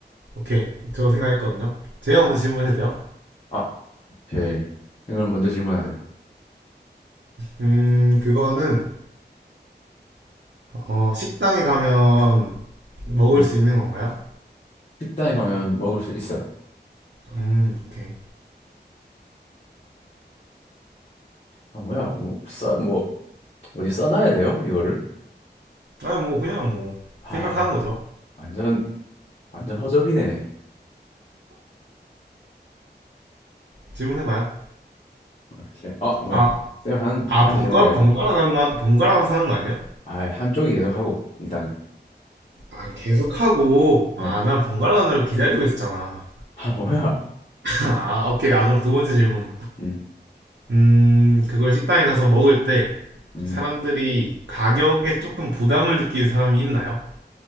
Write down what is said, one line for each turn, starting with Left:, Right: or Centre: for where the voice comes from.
Right: 오케이, 저 생각했거든요. 제가 먼저 질문해도 돼요?
Left: 아, 오케이. 이걸 먼저 질문하세요.
Right: 음, 그거는, 어, 식당에 가면 먹을
Left: 음,
Right: 수 있는 건가요?
Left: 식당에 가면 먹을 수 있어요.
Right: 음, 오케이.
Left: 아, 뭐야, 뭐, 써, 뭐, 어디 써놔야 돼요? 이거를?
Right: 아니, 뭐, 그냥 뭐,
Left: 아,
Right: 생각하는 거죠.
Left: 완전, 완전 허접이네.
Right: 질문해봐요.
Left: 이렇게 아 뭐야
Right: 아,
Left: 쌤 하는 거
Right: 아,
Left: 저한테
Right: 번갈아,
Left: 질문해야죠
Right: 번갈아 가는 거, 번갈아 가면서 사는 거 아니에요?
Left: 아 한쪽이 계속 하고 일단은
Right: 아, 계속하고, 아,
Left: 네.
Right: 난 번갈아 가는 걸 기다리고 있었잖아.
Left: 아 <laughs> 뭐야
Right: <laughs> 아, 오케이. 아, 그럼 두 번째 질문.
Left: 음,
Right: 음, 그걸 식당에 가서 먹을 때,
Left: 음.
Right: 사람들이 가격에 조금 부담을 느끼는 사람이 있나요?